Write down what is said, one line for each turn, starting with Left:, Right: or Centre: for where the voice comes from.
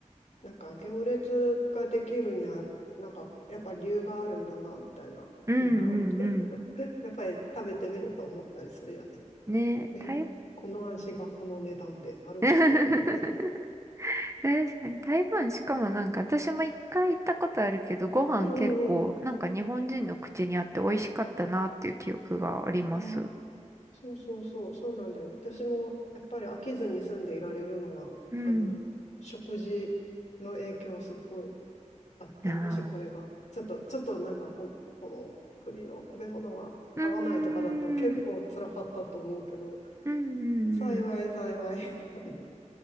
Left: なんか行列ができるには、なんかやっぱ理由があるんだな、みたいなのが。
Right: うんうんうん。
Left: <laughs> やっぱり食べてみると思ったりするよね。
Right: ね、
Left: これ、
Right: 台
Left: この味がこの値段で、なるほど、
Right: <laughs>
Left: みたいな。
Right: 確かに台湾しかもなんか私も一回行ったことあるけどご飯結構なんか日本人の口にあって美味しかったなっていう記憶があります。
Left: うんうんうん。いや、そうそうそう、そうなんだよね。私もやっぱり飽きずに住んでいられるのは、
Right: うん。
Left: あの、食事の影響はすっごいあって、
Right: ああ。
Left: もしこれが、ちょっと、ちょっとなんかこ、この国の食べ物は合わないとかだと結構辛かったと思うけど、
Right: うーん。うんう
Left: 幸い幸い、
Right: んうん。
Left: <laughs>